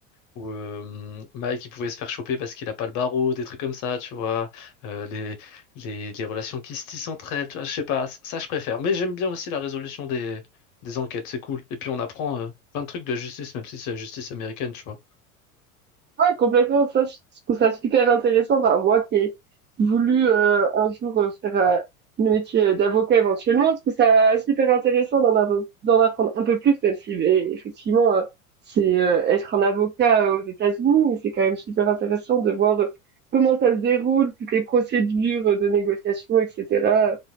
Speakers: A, on the left; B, on the right.
A: où euh, Mike il pouvait se faire choper parce qu'il a pas le barreau, des trucs comme ça, tu vois. Euh, les, les, les relations qui se tissent entre elles, tu vois, je sais pas, ça je préfère. Mais j'aime bien aussi la résolution des, des enquêtes, c'est cool. Et puis on apprend euh, plein de trucs de la justice, même si c'est la justice américaine, tu vois.
B: Ouais, complètement. Ça, je je trouve ça super intéressant. Enfin, moi qui ai voulu euh, un jour euh, faire euh, le métier euh, d'avocat éventuellement, je trouve ça super intéressant d'en avo- d'en apprendre un peu plus, même si eh, effectivement, euh, c'est euh, être un avocat euh, aux États-Unis, mais c'est quand même super intéressant de voir euh, comment ça se déroule, toutes les procédures euh, de négociation, etc.